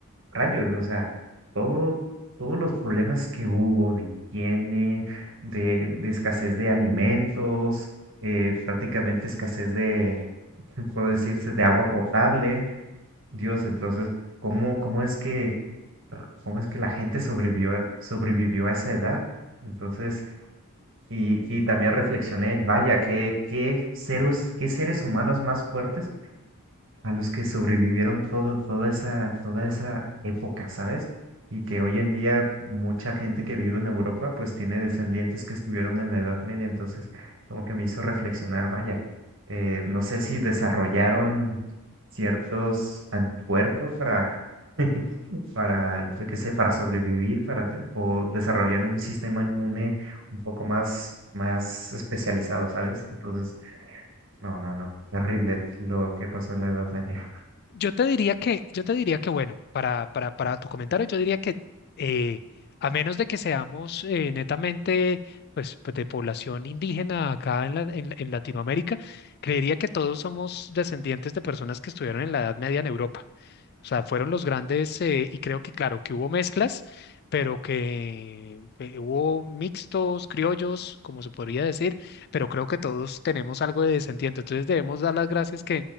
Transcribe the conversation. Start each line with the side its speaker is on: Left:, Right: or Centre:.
Right: rayos, o sea, todo, todos los problemas que hubo de higiene, de, de escasez de alimentos, eh, prácticamente escasez de, <laughs> puede decirse, de agua potable. Dios, entonces, ¿cómo, cómo es que, cómo es que la gente sobrevivió, a- sobrevivió a esa edad? Entonces, y, y también reflexioné, vaya, qué, qué seres, qué seres humanos más fuertes a los que sobrevivieron todo, toda esa, toda esa época, ¿sabes? Y que hoy en día mucha gente que vive en Europa pues tiene descendientes que estuvieron en la Edad Media, entonces como que me hizo reflexionar, vaya, eh, no sé si desarrollaron ciertos anticuerpos para, <laughs> para, yo qué sé, para sobrevivir, para, ten- o desarrollaron un sistema inmune un poco más, más especializado, ¿sabes? Entonces, no, no, no, terrible lo que pasó en la Edad Media.
Left: Yo te diría que, yo te diría que bueno, para, para, para tu comentario, yo diría que eh, a menos de que seamos eh, netamente pues, pues, de población indígena acá en, la- en, en Latinoamérica, creería que todos somos descendientes de personas que estuvieron en la Edad Media en Europa. O sea, fueron los grandes, eh, y creo que claro, que hubo mezclas, pero que eh, hubo mixtos, criollos, como se podría decir, pero creo que todos tenemos algo de descendiente. Entonces debemos dar las gracias